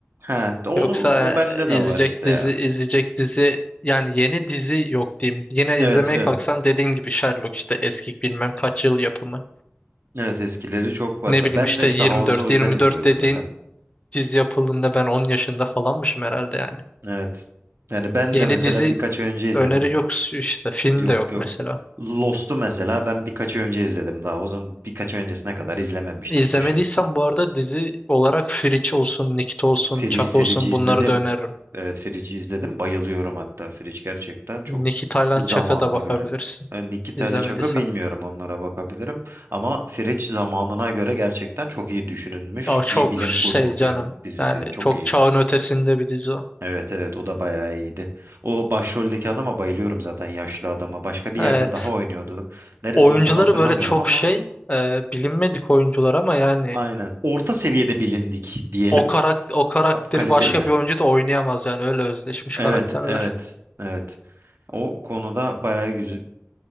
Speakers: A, on the right; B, on the left.
A: Ha onu
B: Yoksa
A: o bende
B: e,
A: de
B: izleyecek
A: var işte
B: dizi
A: ya.
B: izleyecek dizi yani yeni dizi yok diyeyim. Yine
A: Evet,
B: izlemeye
A: evet.
B: kalksam dediğin gibi Sherlock işte eski bilmem kaç yıl yapımı.
A: Evet eskileri çok var.
B: Ne bileyim
A: Ben
B: işte
A: de işte
B: 24
A: House'u o yüzden
B: 24
A: izliyorum
B: dediğin
A: zaten.
B: dizi yapıldığında ben 10 yaşında falanmışım herhalde yani.
A: Evet. Yani ben
B: Yeni
A: de mesela
B: dizi
A: birkaç ay önce izledim.
B: öneri yok işte film
A: Yok
B: de yok
A: yok.
B: mesela.
A: Lost'u mesela ben birkaç ay önce izledim daha. O zaman birkaç ay öncesine kadar izlememiştim.
B: İzlemediysen
A: Düşün.
B: bu arada dizi olarak Fringe olsun, Nikit olsun,
A: Firi-
B: Çak
A: Firici
B: olsun
A: izledim.
B: bunları da öneririm.
A: Evet Firici izledim. Bayılıyorum hatta Firici gerçekten çok
B: Nikit Tayland
A: zamanına
B: Çak'a da bakabilirsin
A: göre. E, Nikita
B: izlemediysen.
A: ile Çak'ı bilmiyorum onlara bakabilirim. Ama Firiç zamanına göre gerçekten çok iyi düşünülmüş
B: Ya çok
A: bir bilim
B: şey
A: kurgu film
B: canım
A: dizisi.
B: yani
A: Çok
B: çok
A: iyi.
B: çağın ötesinde bir dizi o.
A: Evet evet o da bayağı iyiydi. O başroldeki adama bayılıyorum zaten yaşlı adama. Başka bir
B: Evet.
A: yerde daha oynuyordu. Neresi
B: Oyuncuları
A: olduğunu hatırlamıyorum
B: böyle çok
A: ama
B: şey e, bilinmedik oyuncular ama yani
A: aynen. Orta seviyede bilindik diyelim.
B: o karakter o karakteri
A: Kaliteliler.
B: başka bir oyuncu da oynayamaz yani öyle özleşmiş
A: Evet
B: karakterler.
A: evet evet. O konuda bayağı güz-